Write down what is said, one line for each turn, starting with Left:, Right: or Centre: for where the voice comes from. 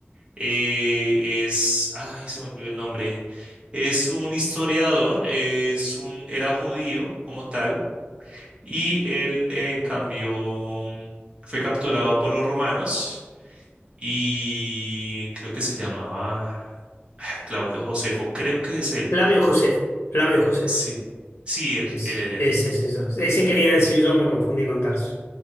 Right: eh, es, ay, se me olvidó el nombre. Es un historiador, es un, era judío como tal, y él eh, cambió, mm, fue capturado por los romanos y creo que se llamaba ah, Claudio Josefo, creo que es él.
Left: Flavio Josefo, Flavio Josefo.
Right: Sí, sí, él,
Left: Ese,
Right: él, él, él.
Left: ese es eso. Ese quería decir yo, me confundí con Tarso.